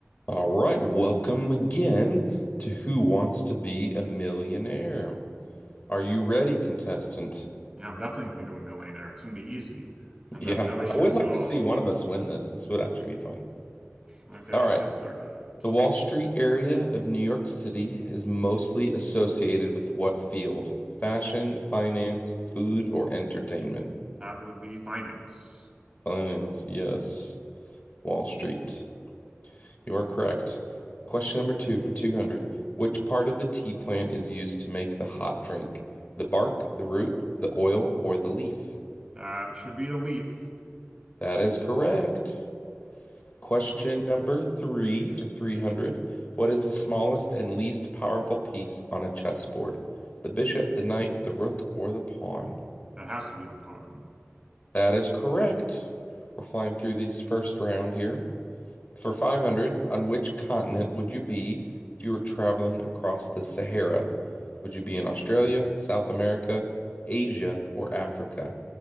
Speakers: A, on the left; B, on the right.
A: All right, welcome again to Who Wants to Be a Millionaire? Are you ready, contestant? <laughs>
B: Yeah, I'm definitely gonna become a millionaire. It's gonna be easy. I'm
A: Yeah,
B: gonna have no issues
A: I would like
B: at all.
A: to see one of us win this. This would actually be fun.
B: Okay,
A: All
B: let's
A: right.
B: get started.
A: The Wall Street area of New York City is mostly associated with what field? Fashion, finance, food, or entertainment?
B: That would be finance.
A: Finance, yes. Wall Street. You are correct. Question number two for 200. Which part of the tea plant is used to make the hot drink? The bark, the root, the oil, or the leaf?
B: That should be the leaf.
A: That is correct. Question
B: Oh,
A: number three for 300. What is the smallest and least powerful piece on a chessboard? The bishop, the knight, the rook, or the pawn?
B: that has to be the pun.
A: That is correct. We're flying through this first round here. For 500, on which continent would you be if you were traveling across the Sahara? Would you be in Australia, South America, Asia, or Africa?